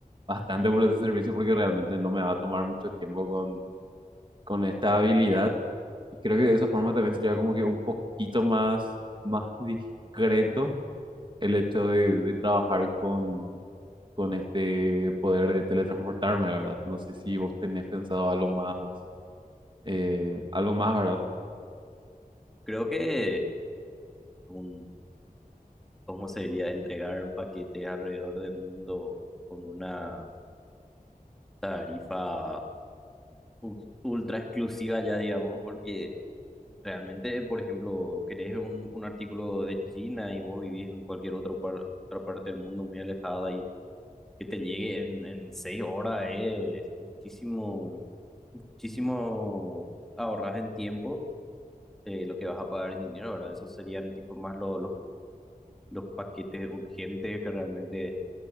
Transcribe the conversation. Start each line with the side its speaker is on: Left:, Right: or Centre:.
Right: bastante por ese servicio porque realmente no me va a tomar mucho tiempo con con esta habilidad. Y creo que de esa forma también sería como que un poquito más, más discreto el hecho de, de trabajar con, con este poder de teletransportarme, ¿verdad? No sé si vos tenés pensado algo más, eh, algo más, ¿verdad?
Centre: Creo que un, ¿cómo sería entregar paquetes alrededor del mundo con una tarifa u- ultra exclusiva ya, digamos, porque... Realmente, por ejemplo, querés un, un artículo de China y vos vivís en cualquier otro par- otra parte del mundo muy alejada y que te llegue en, en seis horas eh, es muchísimo, muchísimo ahorras en tiempo eh, lo que vas a pagar en dinero, ¿verdad? Esos serían tipo más lo- los, los paquetes urgentes que realmente,